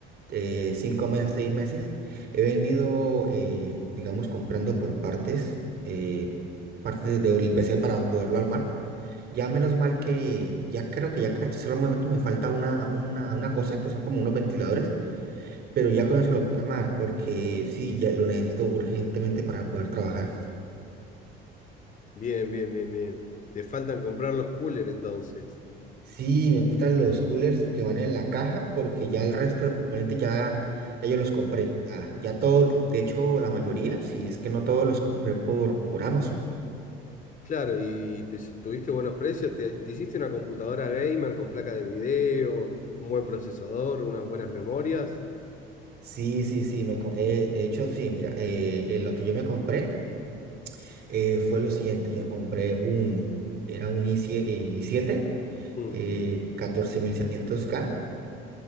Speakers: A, on the right; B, on the left.
A: eh, cinco meses, seis meses, he venido, eh, digamos, comprando por partes, eh, partes de- del PC para poderlo armar. Ya menos mal que ya creo que ya ca- solamente me falta una, una, una cosa, que son como unos ventiladores, pero ya
B: Mm.
A: con eso lo puedo armar, porque sí, ya lo necesito urgentemente para poder trabajar.
B: Bien, bien, bien, bien. Te faltan comprar los coolers entonces.
A: Sí, me gustan los coolers que van en la caja porque ya el resto de componentes ya, ya yo los compré. Ya, ya todo, de hecho la mayoría, sí, es que no todos los compré por, por Amazon.
B: Claro, y te, tuviste buenos precios, te, te hiciste una computadora gamer con placa de video, un buen procesador, unas buenas memorias.
A: Sí, sí, sí, me compré. De hecho, sí, mira, eh, eh, lo que yo me compré eh, fue lo siguiente. Yo compré un, era un i7,
B: Mm.
A: eh, 14700K.